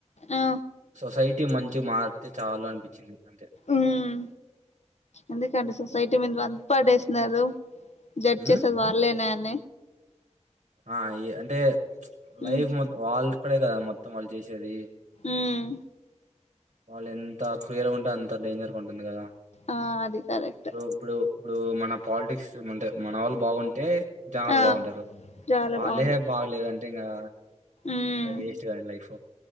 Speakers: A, on the left; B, on the right.
A: ఆ
B: సొసైటీ మంచి మారితే చాలు అనిపించింది అంతే
A: ఉమ్ ఎందుకండి సొసైటీ మీద వంత పడేస్తున్నారు జడ్చెచేసేది
B: మ్మ్
A: వల్లే న
B: ఆ ఈ అంటే లైఫ్
A: ఉమ్
B: మొ వాల్ కద కదా మొ మొత్తం వాళ్ళు చేసేది
A: ఉమ్
B: వాళ్ళు ఎంత క్రియలుగుంటే అంత డేంజర్ ఉంటుంది కదా
A: ఆ అది కరెక్టే
B: ఇప్పుడు ఇప్పుడు ఇప్పుడు మన పాలిటిక్స్ అంటే మన వాళ్ళు బాగుం టే జనాలు
A: ఆ
B: బాగుంటారు.
A: చాలా
B: వాళ్ళే
A: అవును
B: బాగలేదంటే ఇంగా
A: ఉమ్
B: అది వేస్ట్ కద లైఫ్